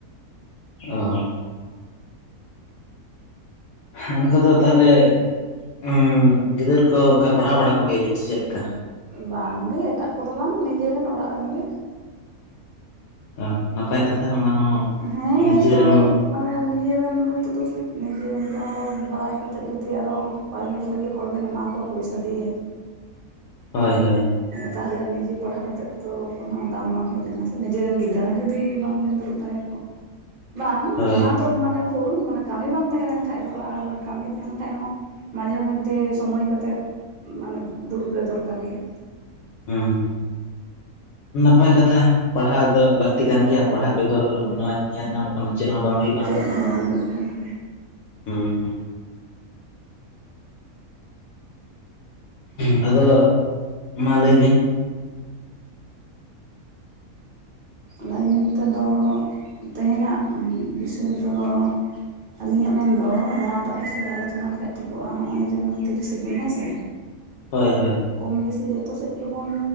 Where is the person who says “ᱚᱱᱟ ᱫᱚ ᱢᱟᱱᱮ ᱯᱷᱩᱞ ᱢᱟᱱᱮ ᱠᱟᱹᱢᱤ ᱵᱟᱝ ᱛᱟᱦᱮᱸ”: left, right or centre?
Right